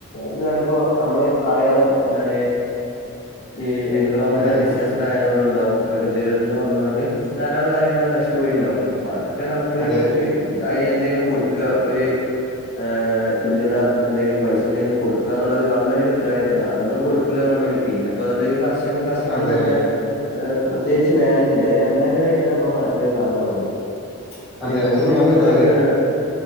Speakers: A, on the left (about 45°); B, in the centre.
A: ഇതാണിപ്പോ നമ്മ്ള് അറിയാതെ എന്താണ് ഈ എൻവറോമന്റൽ
B: അതെ അതെ
A: ഡിസേസ് ത്ര ആയതോണ്ടും ഇണ്ടാവും പ്രകൃതി ദുരന്തം വന്നോണ്ട് ധാരളം കാര്യങ്ങളത് നശിച്ച് പോയിണ്ടാവും അപ്പൊ അതൊക്കെ കണക്കിലെട്ത്ത്ട്ട്
B: അതെ
A: അയ്നെന്തേലും കൊട്ക്കാ ഒര് ഏഹ് തുല്യത എന്തെങ്കിലും പൈസന്തെങ്കിലും കൊട്ക്കാന്ന്ള്ളത് ഗവണ്മെന്റിന്റെ ഉത്തരവാദിത്തല്ലേ അതൊന്നും കൊടുക്കൂല ഗവൺമെന്റ് പിന്നെ ഇപ്പത് കർഷകം കർഷകൻന്ന്
B: അതെ
A: പറഞ്ഞ് അത് പ്രത്യേച്ച് വാല്യൂ ഇല്ല അത് രണ്ടാം ഘടു ആയിട്ടാണ് നമ്മളെ നാട്ടിലത് കാണപെട്ന്നെ. പിന്നെ
B: അതെ
A: ഇങ്ങക്ക്
B: അത് നിങ്ങൾ
A: എന്താ ഇഞ്ഞ്
B: പറഞ്ഞ
A: ഇതിനെപറ്റി
B: കാര്യാണ്
A: പറയാള്ളത്